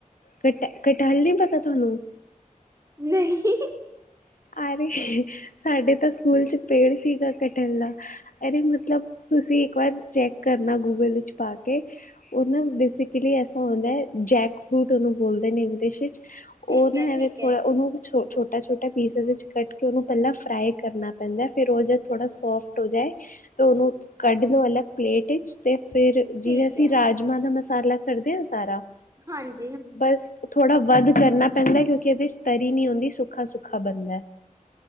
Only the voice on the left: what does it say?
ਕਟ ਕਟਲ ਨੀ ਪਤਾ ਤੁਹਾਨੂੰ
ਅਰੇ ਸਾਡੇ ਤਾਂ ਸਕੂਲ ਚ ਪੇੜ ਸੀਗਾ ਕਟਲਲਾ ਅਰੇ ਮਤਲਬ ਤੁਸੀਂ ਇੱਕ ਵਾਰ ਚੈੱਕ ਕਰਨਾ ਗੂਗਲ ਵਿੱਚ ਪਾ ਕੇ ਬ ਬ ਰ ਬ ਮ ਫਰੂਟ ਉਨੂੰ ਬੋਲਦੇ ਨੇ ਇੰਗਲਿਸ਼ ਇਚ
ਉਹ
ਨਾ
ਐਵੇਂ ਥੋੜ੍ਹਾ
ਉਹਨੂੰ ਛ ਛੋਟਾ ਛੋਟਾ ਪੀਸ ਵਿੱਚ ਕੱਟ ਕੇ ਉਹਨੂੰ ਪਲਾਂ ਫਰਾਏ ਕਰਨਾ ਪੈਂਦਾ। ਫੇਰ ਉ ਜਦ ਥੋੜ੍ਹਾ ਸੋਫਟ ਹੋ ਜਾਏ ਤਾਂ ਉਨੂੰ ਕੱਢ ਲਓ ਅਲੱਗ ਪਲੇਟ ਇਚ ਤੇ ਫੇਰ। ਜਿਵੇਂ
ਅਸੀਂ ਰਾਜਮਾਂ ਦਾ ਮਸ ਤਾਰਲਾ ਕਰਦੇ ਉ ਸਾਰਾ?
ਬਸ ਥੋੜਾ ਵੱਧ ਕਰਨਾ ਪੈਂਦੇ। ਕਿਉਂਕਿ ਏਦੇ ਚ ਤਰੀ ਨੀ ਹੁੰਦੀ ਸੁੱਖਾ- ਸੁੱਖਾ ਬਣਦੇ।